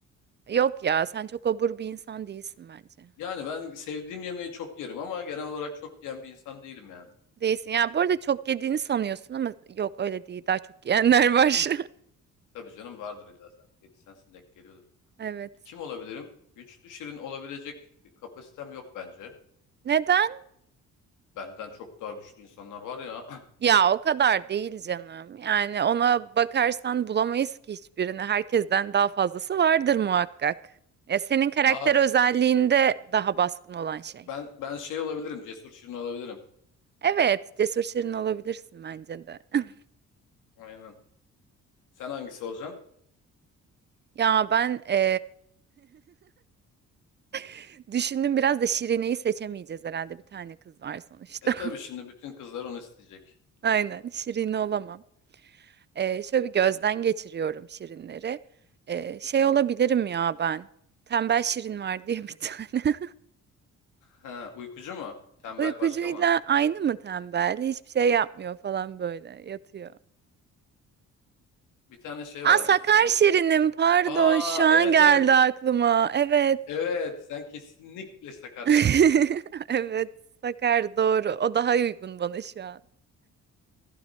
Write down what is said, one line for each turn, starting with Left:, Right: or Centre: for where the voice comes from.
Right: Yok ya sen çok obur bir insan değilsin bence.
Left: Yani ben sevdiğim yemeği çok yerim ama genel olarak çok yiyen bir insan değilim yani.
Right: Değilsin.
Left: Bence
Right: Ya bu arada
Left: de.
Right: çok yediğini sanıyorsun ama yok öyle değil. Daha çok yiyenler var.
Left: Tabii canım vardır illa sen. Yedi sensin denk geliyordur.
Right: <laughs> Evet.
Left: Kim olabilirim? Güçlü şirin olabilecek kapasitem yok bence.
Right: Neden?
Left: Benden çok daha güçlü insanlar var ya. <clears throat>
Right: Ya o kadar değil canım. Yani ona bakarsan bulamayız ki hiçbirini. Herkesten daha fazlası vardır muhakkak. Ya senin karakter
Left: <laughs> Aa,
Right: özelliğinde daha baskın olan şey.
Left: ben ben şey olabilirim. Cesur şirin olabilirim.
Right: Evet, cesur şirin olabilirsin bence de. <laughs>
Left: Aynen. Sen hangisi olacaksın?
Right: Ya ben e,
Left: <laughs>
Right: <laughs> düşündüm biraz da Şirine'yi seçemeyeceğiz herhalde. Bir tane kız var sonuçta.
Left: E tabii şimdi bütün kızlar onu isteyecek.
Right: <laughs> Aynen, Şirine olamam. E, şöyle bir gözden geçiriyorum Şirinleri. E, şey olabilirim ya ben. Tembel Şirin var diye bir <laughs> tane.
Left: Ha, uykucu mu? Tembel
Right: Uykucuyla
Left: başka mı?
Right: aynı mı tembel? Hiçbir şey yapmıyor falan böyle yatıyor.
Left: Bir tane şey
Right: Aa
Left: vardı.
Right: sakar
Left: Somur...
Right: şirinim pardon
Left: Aa
Right: şu an
Left: evet
Right: geldi
Left: evet.
Right: aklıma. Evet.
Left: Evet sen kesinlikle işte karşınızsın.
Right: <laughs> Evet sakar doğru. O daha uygun bana şu an.